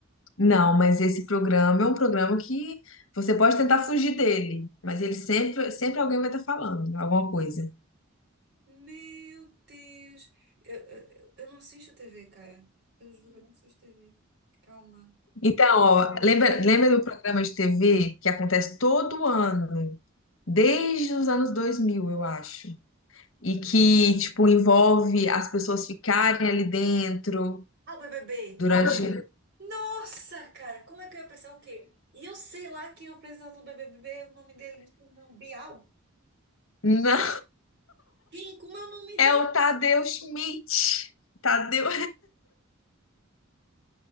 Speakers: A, on the left (about 65°); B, on the right (about 55°).
A: Não, mas esse programa é um programa que você pode tentar fugir dele, mas ele sempre, sempre alguém vai estar falando alguma coisa.
B: Meu Deus. Eu, eu, eu não assisto TV, cara. Eu juro, eu não assisto TV. Calma.
A: Então, ó,
B: Meu
A: lembra,
B: Deus.
A: lembra do programa de TV que acontece todo ano, desde os anos 2000, eu acho. e que, tipo, envolve as pessoas ficarem ali dentro
B: Ah, o BBB.
A: durante.
B: Nossa, cara, como é que eu ia pensar o quê? E eu sei lá quem é o apresentador do BBB, o nome dele não sei não. Bial?
A: Não,
B: Quem? Como é o nome
A: é o Tadeu Schmidt. Tadeu.